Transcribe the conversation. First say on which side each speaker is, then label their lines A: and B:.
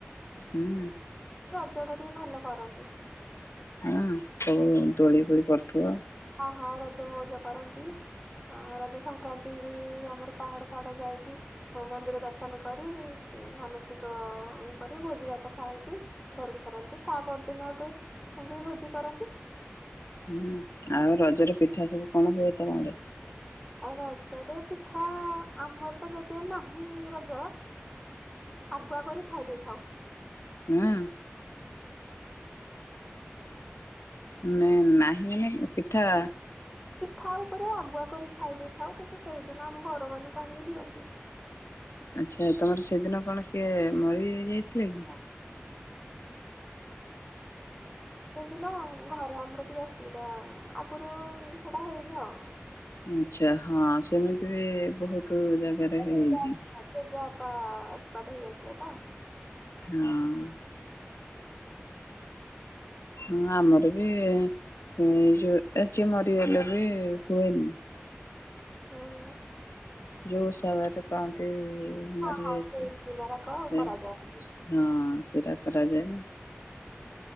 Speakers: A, on the left; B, in the centre.
A: ହୁଁ
B: ଟ ଟିକେ ଭଲ କରନ୍ତି ।
A: ହଁ ସବୁ ଦୋଳି ଫୋଳି କରୁଥିବ ।
B: ହଁ ହଁ ରଜ ମଉଜ କରନ୍ତି ଆ ରଜ ସଂକ୍ରାନ୍ତି ବି ଆମର ପାହାଡ ଫାହାଡ ଯାଇକି ମନ୍ଦିର ଦର୍ଶନ କରି ମାନସିକ ଇଏ କରି ଭୋଜି ଭାତ ଖାଇକି ଘରକୁ ଫେରନ୍ତି ତା ପରଦିନ ତୁ ବି ଭୋଜି କରନ୍ତି ।
A: ହୁଁ ଆଉ ରଜରେ ପିଠା ସବୁ କଣ ହୁଏ ତମ ଆଡେ
B: ଆଉ ରଜରେ ପିଠା ଆମର ତ ଯଦିଓ ନାହିଁ ରଜ ଆଗୁଆ କରି ଖାଇ ଦେଇଥାଉ ।
A: ହଁ ନ ନାହିଁ ମାନେ ପିଠା
B: ଠା ଉପରେ ଆଗୁଆ କରି ଖାଇ ଦେଇଥାଉ କିନ୍ତୁ ସେଇଦିନ ଆମ ଘର ମାନଙ୍କୁ ଆଣିକି ଦିଅନ୍ତି ।
A: ଆଚ୍ଛା ତମର ସେଦିନ କଣ କିଏ ମରି ଯାଇଥିଲଥିଲା
B: ସେଦିନ
A: କିି
B: ସେଇଦିନ ଘରେ ଆମର ଟିକେ ଅସୁବିଧା ଆଗରୁ ସେଟା ହେଇନି ଆଉ
A: ଆଛା ହଁ ସେମିତି ବି ବହୁତ
B: ପ
A: ଜାଗାରେ
B: ସେପ
A: ହେଇଛି
B: <inaudible> ଟ ହେଇଯାଇଥିଲେ ତ
A: ହଁ । ହଁ ଆମର ବି ଏଇ ଯୋଉ ଯିଏ ମରିଗଲେ ବି ହୁଏନି ।
B: ହଁ ।
A: ଜଉ ସବ ଟ କନ୍ତି <unintelligible> ଜେ
B: ହଁ
A: ମରିଯାଇଛି
B: ହଁ ସେଇ ଦିନ ଯାକ
A: ସେ
B: କରାଯାଏ।
A: ହଁ ସେଇଟା କରାଯାଏନି ।